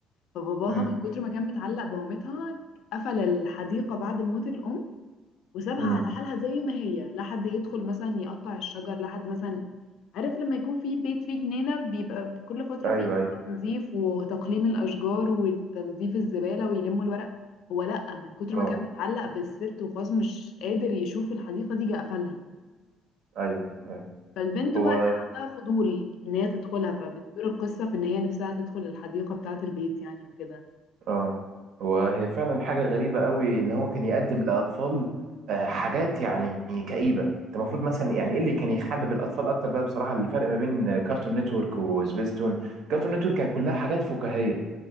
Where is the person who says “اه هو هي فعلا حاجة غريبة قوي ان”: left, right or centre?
Right